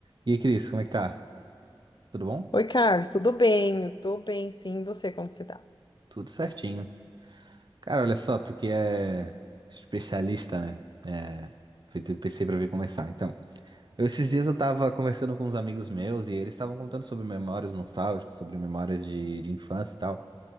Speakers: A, on the right (about 50°); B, on the left (about 55°).
A: E aí, Cris, como é que tá? Tudo bom?
B: Oi, Carlos, tudo bem? Eu tô bem, sim. E você, como que você tá?
A: Tudo certinho. Cara, olha só, tu que é especialista, né? É, foi tudo que pensei pra vir conversar. Então, eu, esses dias eu tava conversando com uns amigos meus e eles estavam contando sobre memórias nostálgicas, sobre memórias de, de infância e tal.